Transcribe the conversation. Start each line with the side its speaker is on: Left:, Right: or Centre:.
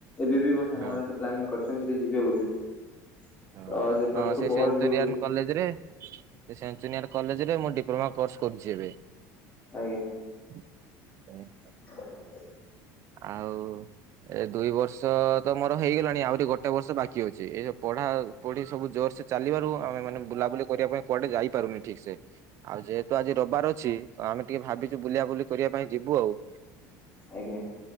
Left: ଏବେ ବି ମୋ ସାଙ୍ଗମାନେ
Right: ହଁ
Left: ତ ପ୍ଲାନିଂ କରିଛନ୍ତି ସେଠି ଯିବେ ବୋଲି ତ
Right: ହଁ
Left: ସେ ପ୍ଲସ
Right: ହଁ
Left: ଟୁ ପର
Right: ସେଞ୍ଚୁରିଆନ
Left: ଯିବେ ବୋଲି
Right: କଲେଜରେ ସେ ସେଞ୍ଚୁରିଆନ କଲେଜରେ ମୁଁ ଡିପ୍ଲୋମା କୋର୍ସ କରୁଛି ଏବେ
Left: ଆଜ୍ଞା
Right: <unintelligible>
Left: <unintelligible>
Right: ହ ଆଉ ଏ ଦୁଇ ବର୍ଷ ତ ମୋର ହେଇଗଲାଣି ଆହୁରି ଗୋଟେ ବର୍ଷ ବାକି ଅଛି ଏ ପଢା ପଢି ସବୁ ଜୋର ସେ ଚାଲିିବାରୁ ଆମେ ମାନେ ବୁଲାବୁଲି କରିବା ପାଇଁ କୁଆଡେ ଯାଇପାରୁନି ଠିକସେ ଆଉ ଯେହେତୁ ଆଜି ରବିବାର ଅଛି ତ ଆମେ ଟିକେ ଭାବିଛୁ ବୁଲାବୁଲି କରିବା ପାଇଁ ଯିବୁ ଆଉ
Left: ଆଜ୍ଞା